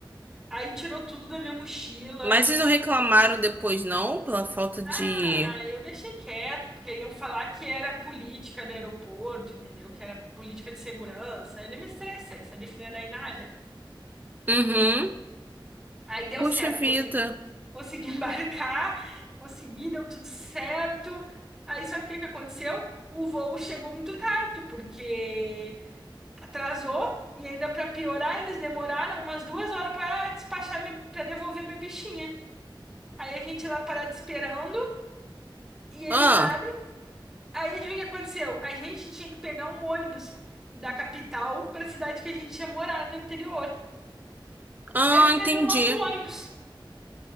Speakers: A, in the centre; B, on the right (about 20°).
A: aí tirou tudo da minha mochila.
B: Mas vocês não reclamaram depois, não? Pela falta de.
A: Ah, eu deixei quieto, porque iam falar que era política do aeroporto, entendeu? Que era política de segurança. Eu nem me estressei, sabia que não ia dar em nada.
B: Uhum.
A: Aí deu
B: Poxa
A: certo,
B: vida.
A: consegui, consegui <laughs> embarcar, consegui, deu tudo certo. Aí só que o que que aconteceu? O voo chegou muito tarde, porque atrasou e ainda pra piorar, eles demoraram umas duas horas para despachar, para devolver minha bichinha. Aí a gente lá parado esperando e eles
B: Ah,
A: nada. Aí adivinha o que aconteceu? A gente tinha que pegar um ônibus da capital pra cidade que a gente ia morar no interior.
B: ah,
A: A gente perdeu
B: entendi.
A: o nosso ônibus.
B: Vocês